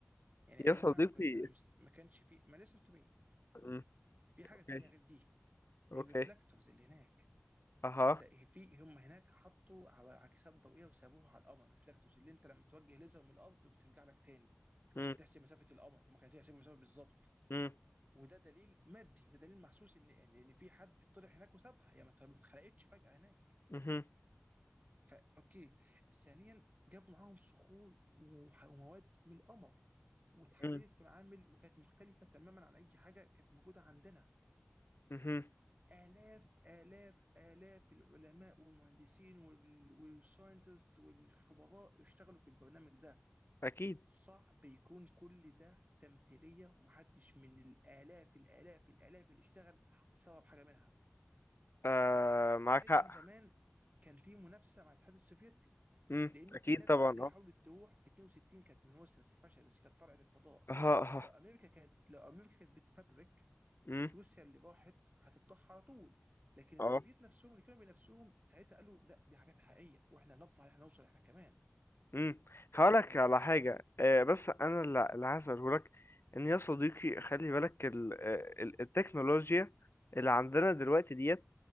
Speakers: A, on the right; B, on the left.
A: يعني
B: يا
A: ايامها
B: صديقي
A: ما كان كان مست... ما كانش في ما لسه انتوا مين
B: مم.
A: في حاجه
B: اوكي
A: تانية غير دي
B: اوكي
A: الريفلكتورز اللي هناك
B: اها
A: انت في هم هناك حطوا ع- عكسات ضوئيه وسابوها على القمر ريفلكتورز اللي انت لما توجه ليزر من الارض وبترجع لك تاني
B: مم.
A: عشان تحسب مسافه القمر هم كانوا هيحسبوا المسافه بالظبط
B: مم.
A: وده دليل مادي ده دليل محسوس ان يعني ان في حد طلع هناك وسابها يعني ما ت- ما اتخلقتش فجاه هناك
B: مهم.
A: فا اوكي ثانيا جابوا معاهم صخور وح- ومواد من القمر واتحللت
B: مم.
A: في معامل وكانت مختلفه تماما عن اي حاجه كانت موجوده عندنا
B: مهم.
A: آلاف آلاف آلاف العلماء والمهندسين وال- والساينتست والخبراء اشتغلوا في البرنامج ده
B: اكيد
A: صعب يكون كل ده تمثيلية ومحدش من الآلاف الآلاف الآلاف اللي اشتغل سبب حاجة منها
B: آه
A: ساعتها
B: معاك حق
A: زمان كان في منافسة مع الاتحاد السوفيتي
B: مم.
A: لان
B: اكيد
A: في ناس
B: طبعا
A: قبلها
B: اه
A: حاولت تروح في 62 كانت من روسيا بس فشلت بس كانت طلعت الفضاء
B: اها اها
A: لو امريكا كانت لو امريكا كانت بتفبرك
B: مم.
A: كانت روسيا اللي راحت هتفضحها على طول لكن السوفييت
B: اه
A: نفسهم اللي كانوا بنفسهم ساعتها قالوا لا دي حاجات حقيقيه واحنا نطمع ان احنا نوصل احنا كمان
B: امم
A: إيه،
B: هقولك على حاجة آه، بس أنا اللي اللي هسأله لك إن يا صديقي خلي بالك ال- آه، ال- التكنولوجيا اللي عندنا دلوقتي ديت